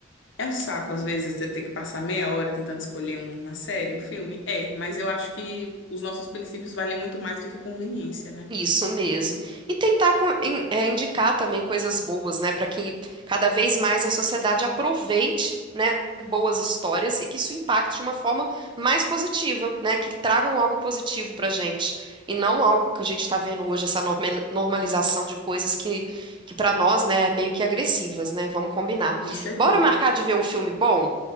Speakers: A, on the left; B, on the right.
A: É um saco, às vezes, você ter que passar meia hora tentando escolher um, uma série, um filme. É, mas eu acho que os nossos princípios valem muito mais do que a conveniência, né?
B: Isso mesmo. E tentar com- in- é, indicar também coisas boas, né, para que cada vez mais a sociedade aproveite, né, boas histórias e que isso impacte de uma forma mais positiva, né, que tragam algo positivo para a gente e não algo que a gente está vendo hoje, essa norma- normalização de coisas que, que para nós, né, é meio que agressivas, né? Vamos combinar.
A: Com certeza.
B: Bora marcar de ver um filme bom?